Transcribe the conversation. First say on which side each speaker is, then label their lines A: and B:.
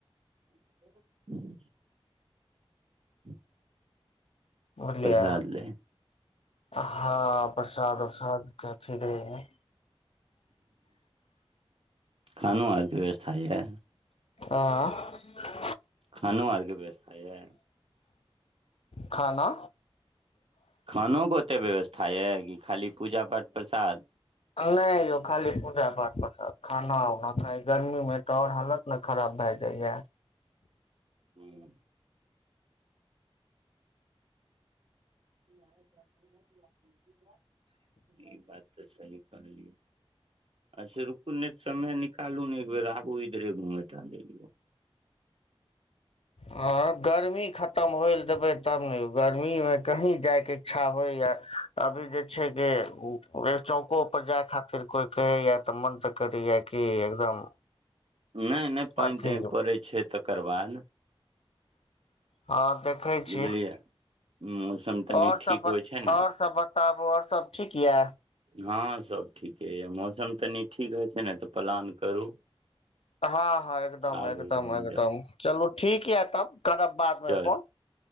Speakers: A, on the right (about 65°); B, on the left (about 75°).
A: <inaudible> <inaudible>
B: बुझलियै
A: प्रसाद ले
B: हँ प्रसाद उसाद कथी रहे
A: खानो आरके व्यवस्था यै
B: आँ
A: खानो आरके व्यस्था यै
B: खाना
A: खानोके ओते व्यवस्था यऽ की खाली पूजा पाठ प्रसाद
B: नहि यौ खाली पूजा पाठ परसाद खाना उना खाय गर्मी मे तऽ ओर हालत ने खराब भए जाइया
A: ह्म <unintelligible> ई बात तऽ सही कहलै अच्छा रुकु ने समय निकालू ने एकबेर आबू इधरे घूमे तुमे यौ
B: ह गर्मी खतम होइल देबै तब ने गरमी गर्मी मे कही जाइके इच्छा होइया अभी जे छै जे उ जे चौकोपर जाय खातिर कोइ कहैए तऽ मन तऽ करैए कि एकदम
A: नैय नैत पैन
B: अथी
A: तेन पड़ैत छै तकर बाद
B: हँ देखै
A: बुझलियै
B: छी
A: मौसम तनि
B: ओर
A: ठीक
B: सब बत
A: होइ छै ने
B: ओर सब बताबू और सब ठीक य
A: हँ सब ठीके य मौसम तनी ठीक होइ छै ने तऽ प्लान करू
B: हँ हँ एकदम
A: आबू
B: एकदम
A: घुमि
B: एकदम
A: जाउ
B: चलू ठीक य तब करब बादमे
A: चल
B: फोन